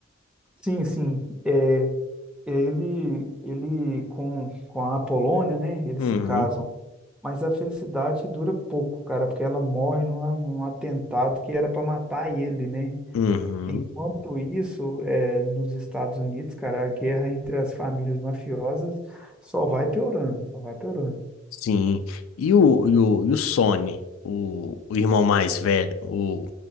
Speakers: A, in the centre; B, on the left.
A: Sim, sim. É, ele, ele com, com a Apolônia, né? Eles
B: Uhum,
A: se casam. Mas a felicidade dura pouco, cara, porque ela morre num, a- num atentado que era para matar ele, né?
B: uhum,
A: Enquanto isso, é, nos Estados Unidos, cara, a guerra entre as famílias mafiosas só vai piorando, só vai piorando.
B: sim. E o, e o, e o Sonny, o, o irmão mais velho, o,